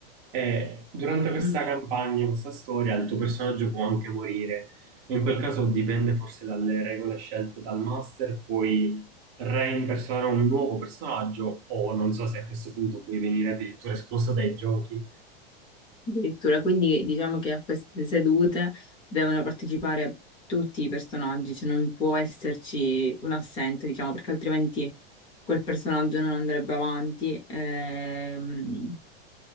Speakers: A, on the right; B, on the left.
A: E durante questa
B: Mm,
A: campagna, questa storia, il tuo personaggio può anche morire. E in quel caso dipende forse dalle regole scelte dal master, puoi reimpersonare un nuovo personaggio o non so se a questo punto puoi venire addirittura espulso dai giochi.
B: Addirittura, quindi diciamo che a queste sedute devono partecipare tutti i personaggi, cioè non può esserci un assente, diciamo, perché altrimenti quel personaggio non andrebbe avanti. ehm,